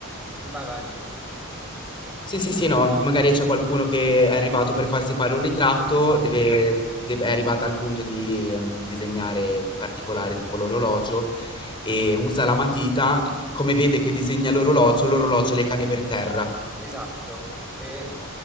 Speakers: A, in the centre; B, on the left.
A: Di, vai, vai.
B: Sì, sì, sì, no, magari c'è qualcuno che è arrivato per farsi fare un ritratto,
A: Esatto,
B: deve, deve- è arrivata al punto di ehm, disegnare il particolare, tipo l'orologio, e usa la matita, come vede che disegna l'orologio, l'orologio le cade per terra.
A: esatto. E,